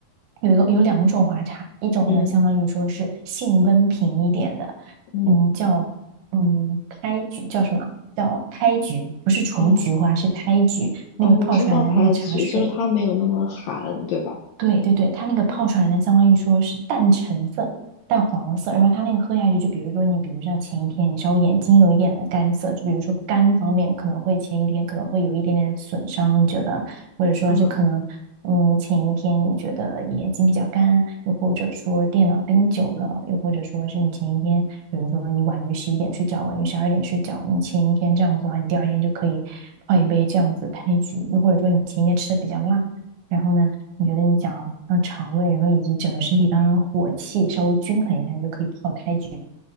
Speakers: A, on the right; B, on the left.
A: 有一个有两种花茶，一种呢相当于说是性温平一点的，
B: 嗯嗯，
A: 嗯，叫嗯胎菊，叫什么？叫胎菊，不是纯菊花，
B: 哦
A: 是胎菊。那个泡出来的那个茶水
B: 哦，我知道胎菊，就是它没有那么寒，对吧？
A: 对对对，它那个泡出来呢，相当于说是淡橙色、淡黄色，然后它那个喝下去，就比如说你，比如像前一天你稍微眼睛有一点点干涩，就比如说肝方面可能会前一天可能会有一点点损伤，你觉得，或者说是可能，
B: 嗯
A: 嗯，前一天你觉得眼睛比较干，又或者说电脑盯久了，又或者说是你前一天，比如说你晚于十一点睡觉，晚于十二点睡觉，你前一天这样子的话，你第二天就可以泡一杯这样子开局，又或者说你前一天吃的比较辣。然后呢，你觉得你想要让肠胃，然后以及整个身体当中的火气稍微均衡一下，你就可以泡胎菊。